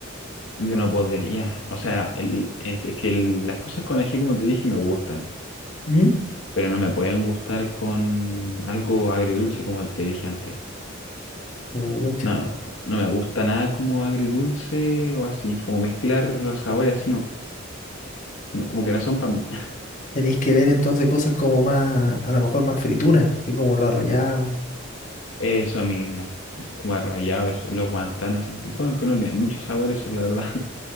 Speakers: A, on the left (about 70°); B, on the left (about 40°).
A: Yo no podría, o sea, el- es, es que el- las cosas con ají, como te dije, me gustan,
B: ¿Mm?
A: pero no me pueden gustar con algo agridulce, como te dije antes.
B: Pucha.
A: No, no me gusta nada como agridulce o así, como mezclar los sabores así, no, no, como que no son para mí.
B: Tenéis que ver entonces cosas como más, a lo mejor más frituras, así como los arrollados.
A: <laughs> Eso mismo, como arrollado, eso, los guantanes, así. Bueno, que no tienen muchos sabores, eso es la verdad. <laughs>